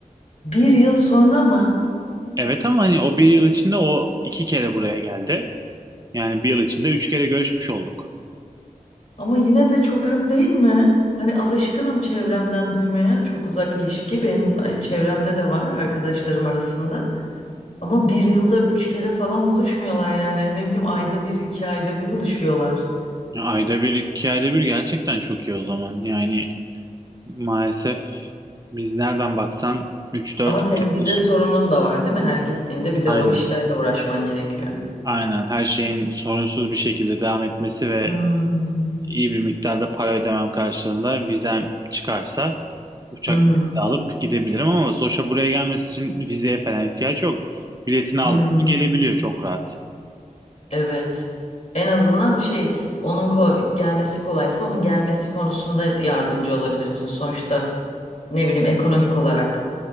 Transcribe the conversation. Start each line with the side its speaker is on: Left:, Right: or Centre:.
Left: Bir yıl sonra mı?
Right: Evet ama hani o bir yıl içinde o iki kere buraya geldi. Yani bir yıl içinde üç kere görüşmüş olduk.
Left: Ama yine de çok az değil mi? Hani alışkınım çevremden duymaya. Çok uzak ilişki benim çevremde de var arkadaşlarım arasında. Ama bir yılda üç kere falan buluşmuyorlar yani. Ne bileyim ayda bir, iki ayda bir buluşuyorlar.
Right: Ya ayda bir, iki ayda bir gerçekten çok iyi o zaman. Yani Maalesef biz nereden baksan üç dört
Left: Ama senin
Right: aylık
Left: vize sorunun da var değil mi? Her gittiğinde bir de
Right: aynen
Left: o işlerle uğraşman gerekiyor.
Right: aynen her şeyin sorunsuz bir şekilde devam etmesi ve
Left: Hmm.
Right: iyi bir miktarda para ödemem karşılığında vizem çıkarsa uçak
Left: Hı hı.
Right: bileti alıp gidebilirim ama Zoş'a buraya gelmesi için vizeye falan ihtiyaç yok. Biletini aldık
Left: Hmm.
Right: mı gelebiliyor çok rahat.
Left: Evet. En azından şey onun ko- gelmesi kolaysa onun gelmesi konusunda yardımcı olabilirsin. Sonuçta ne bileyim ekonomik olarak